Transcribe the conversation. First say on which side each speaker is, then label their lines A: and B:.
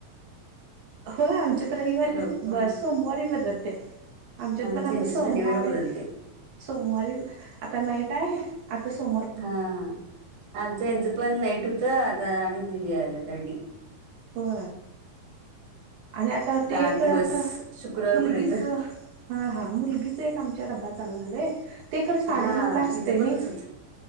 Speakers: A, on the right (about 75°); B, on the right (about 50°).
A: हो आमच्यात रविवारी,
B: लोक
A: सोमवारी बदलते आमच्यात
B: आमचं
A: पण आता
B: ह्यांच
A: सोमवारी,
B: शनिवारी बदलतय
A: सोमवारी आता नाईट आहे आता सोमवारी
B: हा आमच यांचं पण नाईट होत आता आणि <unintelligible> तर तडी
A: हो. आणि आता ते
B: आठ
A: <unintelligible>
B: दिवस शुक्रवारपर्यंत
A: मुलगीच हा हा मुलगीच एक आमच्या डब्बा चालू झालंय ते खरं साडे
B: हा
A: नऊला असते
B: हिचं पण
A: नी
B: तसच